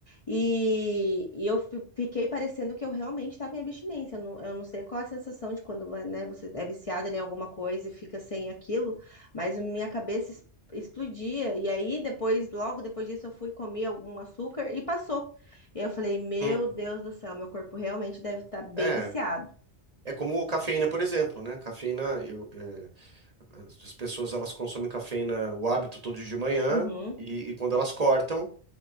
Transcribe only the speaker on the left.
E, e eu fi- fiquei parecendo que eu realmente estava em abstinência. Eu não, eu não sei qual é a sensação de quando, né, você é viciada ali em alguma coisa e fica sem aquilo. Mas a minha cabeça es- explodia. E aí, depois, logo depois disso, eu fui comer algum açúcar e passou. E aí eu falei, meu
Deus do céu, meu corpo realmente deve estar bem
viciado.
Uhum.